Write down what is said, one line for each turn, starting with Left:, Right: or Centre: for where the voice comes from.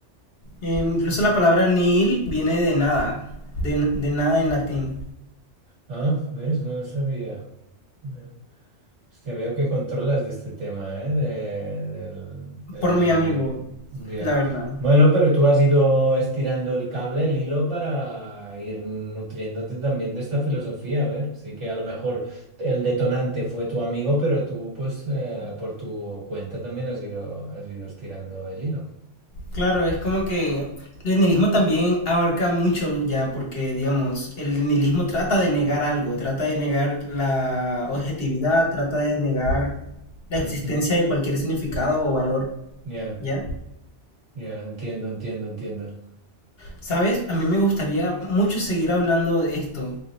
Left: Eh, incluso
Right: <laughs>
Left: la palabra nihil viene de nada, de, de nada en latín.
Right: Ah, ¿ves? No lo sabía. Mira. Hostia, veo que controlas de este tema, ¿eh? De- del, del
Left: Por
Right: nihilismo.
Left: mi amigo,
Right: Ya.
Left: la verdad.
Right: Bueno, pero tú has ido estirando el cable, el hilo, para ir nutriéndote también de esta filosofía. A ver, sí que a lo mejor el detonante fue tu amigo, pero tú, pues, eh, por tu cuenta también has ido, has ido estirando el hilo.
Left: Claro, es como que el nihilismo también abarca mucho ya, porque digamos, el nihilismo trata de negar algo, trata de negar la objetividad, trata de negar la
Right: Ujú.
Left: existencia de cualquier significado o valor,
Right: Ya,
Left: ¿ya?
Right: ya, entiendo, entiendo, entiendo.
Left: ¿Sabes? A mí me gustaría mucho seguir hablando de esto,